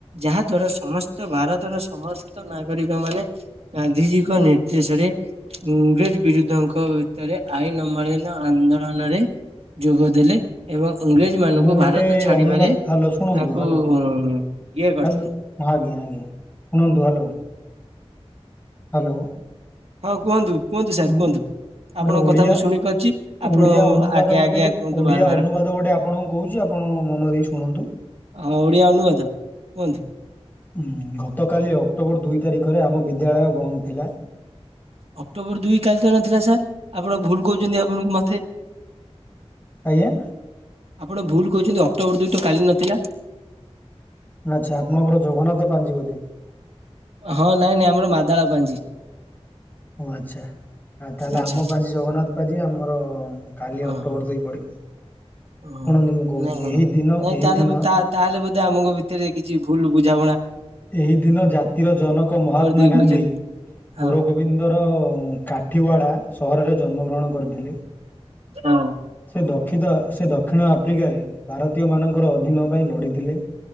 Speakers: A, on the right; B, on the left.
A: ଯାହା ଦ୍ଵାରା ସମସ୍ତ ଭାରତର, ସମସ୍ତ ନାଗରିକ ମାନେ ଗାନ୍ଧିଜୀକ ନିର୍ଦ୍ଦେଶରେ ଇଂରେଜ ବିରୁଦ୍ଧଙ୍କ ଭିତରେ ଆଇନ ଅମାଳିନ ଆନ୍ଦୋଳନରେ ଯୋଗ ଦେଲେ। ଏବଂ ଇଂରେଜ ମାନଙ୍କୁ,
B: ମୁଁ ଗୋଟେ
A: ଭାରତ ଛାଡ଼ିବାରେ
B: ଅନୁବାଦ ହ୍ୟାଲୋ ଶୁଣନ୍ତୁ
A: ତାଙ୍କୁ-ଉଁ
B: ହ୍ୟାଲୋ
A: ଇଏ କରିଥିଲେ।
B: ହ୍ୟାଲୋ ଆଜ୍ଞା, ଆଜ୍ଞା, ଶୁଣନ୍ତୁ। Hello hello.
A: ହଁ, କୁହନ୍ତୁ, କୁହନ୍ତୁ ସାର୍
B: ମୁଁ
A: କୁହନ୍ତୁ।
B: ଗୋଟେ
A: ଆପଣଙ୍କ
B: ଓଡ଼ିଆ
A: କଥା ମୁଁ ଶୁଣି ପାରୁଛି। ଆପଣ
B: ଓଡ଼ିଆ ଅନୁବାଦ
A: ଆଜ୍ଞା,
B: ଗୋଟେ
A: ଆଜ୍ଞା, କୁହନ୍ତୁ
B: ଓଡ଼ିଆ
A: ବାର ବାର।
B: ଅନୁବାଦ ଗୋଟେ ଆପଣଙ୍କୁ କହୁଛି, ଆପଣ ମନ ଦେଇ ଶୁଣନ୍ତୁ।
A: ହଁ, ଓଡିଆ ଅନୁବାଦ, କୁହନ୍ତୁ।
B: ଉଁ, ଗତକାଲି ଅକ୍ଟୋବର ଦୁଇ ତାରିଖରେ ଆମ ବିଦ୍ୟାଳୟ ବନ୍ଦ ଥିଲା।
A: ଅକ୍ଟୋବର ଦୁଇ କାଲି ତ ନଥିଲା ସାର୍। ଆପଣ ଭୁଲ୍ କହୁଛନ୍ତି ଆପଣ ମତେ।
B: ଆଜ୍ଞା।
A: ଆପଣ ଭୁଲ କହିଛନ୍ତି, ଅକ୍ଟୋବର ଦୁଇ ତ କାଲି ନଥିଲା।
B: ଆଚ୍ଛା, ଆପଣଙ୍କର ଜଗନ୍ନାଥ ପାଞ୍ଜି ବୋଧେ?
A: ହଁ ନାଇଁ ନାଇଁ ଆମର ମାଦାଳ ପାଞ୍ଜି।
B: ଓ, ଆଚ୍ଛା ଆ, ତାହେଲେ
A: ଆଚ୍ଛା
B: ଆମ ପାଞ୍ଜି ଜଗନ୍ନାଥ ପାଞ୍ଜି ଆମର କାଲି ଅକ୍ଟୋବର
A: ଓହୋ
B: ଦୁଇ ପଡ଼ିବ,
A: ଓହୋ
B: ଶୁଣନ୍ତୁ ମୁଁ କହୁଛି,
A: ନାଇଁ ନାଇଁ
B: ଏହି ଦିନ
A: ନାଇଁ
B: ଏହି
A: ତାହେଲେ
B: ଦିନ
A: ବୋ- ତା ତାହେଲେ ବୋଧେ ଆମଙ୍କ ଭିତରେ କିଛି ଭୁଲ୍ ବୁଝାବଣା
B: ଏହି ଦିନ ଜାତିର ଜନକ ମହାତ୍ମା
A: ଦୁଇ
B: ଗାନ୍ଧୀ
A: କହିଛନ୍ତି ହଁ
B: ପରବ ଇନ୍ଦର କାଠିୱାଡ଼ା ସହରରେ ଜନ୍ମଗ୍ରହଣ କରିଥିଲେ।
A: ହଁ।
B: ସେ ଦକ୍ଷିତ, ସେ ଦକ୍ଷିଣ ଆଫ୍ରିକାରେ ଭାରତୀୟମାନଙ୍କର ଅଧୀନ ପାଇଁ ଲଢ଼ିଥିଲେ।